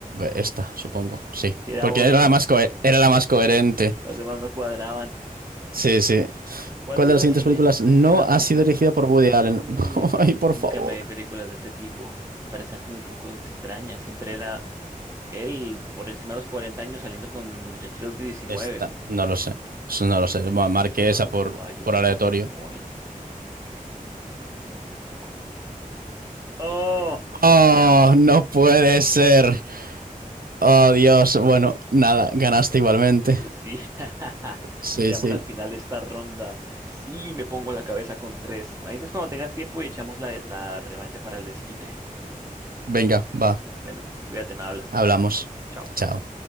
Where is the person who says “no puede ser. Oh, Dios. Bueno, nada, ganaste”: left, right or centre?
Right